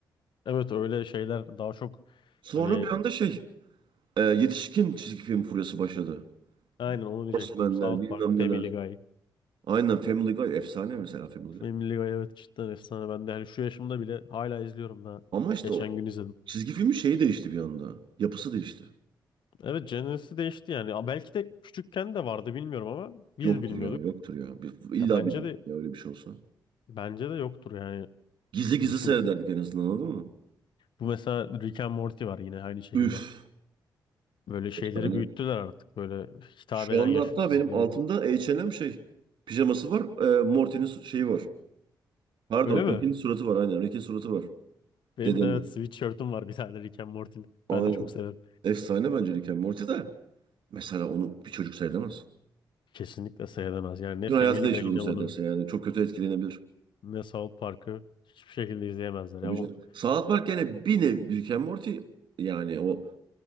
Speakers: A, on the left (about 70°); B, on the right (about 70°).
A: Evet öyle şeyler daha çok
B: Sonra
A: hani
B: bir anda şey Ee, yetişkin çizgi film furyası başladı.
A: aynen onu diyecektim.
B: Horsemenler,
A: South
B: bilmem
A: Park, Family
B: neler.
A: Guy.
B: Aynen Family Guy efsane mesela Family
A: Family
B: Guy.
A: Guy evet cidden efsane. Ben de hani şu yaşımda bile hala izliyorum da.
B: Ama işte
A: Geçen
B: o
A: gün izledim.
B: çizgi filmin şeyi değişti bir anda. Yapısı değişti.
A: Evet jenresi değişti yani. Ya Belki de küçükken de vardı bilmiyorum ama biz
B: Yoktur
A: bilmiyorduk.
B: ya, yoktur ya. Bir, illa
A: Ya bence
B: bir de
A: de
B: ya öyle bir şey olsa.
A: bence de yoktur yani.
B: Gizli gizli
A: Çünkü
B: seyrederdik en azından anladın mı?
A: bu mesela Rick and Morty var yine aynı şekilde.
B: Üf.
A: Böyle şeyleri
B: Efsane.
A: büyüttüler artık böyle hitap
B: Şu
A: eden
B: anda
A: yaşlı
B: hatta
A: çizgi
B: benim
A: filmlerin.
B: altımda H&M şey. Pijaması var. E, Morty'nin su- şeyi var. Pardon.
A: Öyle mi?
B: Rick'in suratı var aynen. Rick'in suratı var.
A: Benim
B: Dedenin.
A: de evet sweatshirt'üm var bir tane Rick and Morty'li.
B: Aynen.
A: Ben de çok severim.
B: Efsane bence Rick and Morty de. Mesela onu bir çocuk seyredemez.
A: Kesinlikle seyredemez. Yani ne
B: Bütün
A: Family
B: hayatı değişir
A: Guy
B: onu
A: ne
B: seyrederse
A: onu
B: yani. Çok kötü etkilenebilir.
A: ne South Park'ı hiçbir şekilde izleyemezler.
B: Tabii
A: Ya bu
B: canım. South Park gene bir nev Rick and Morty yani o